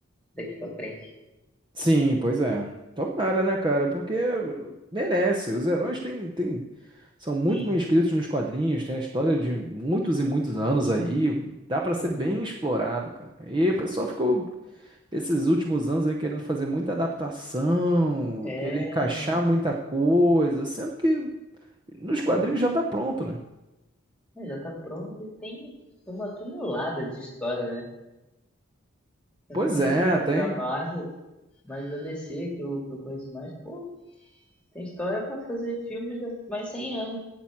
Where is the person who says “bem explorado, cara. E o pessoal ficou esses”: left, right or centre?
Right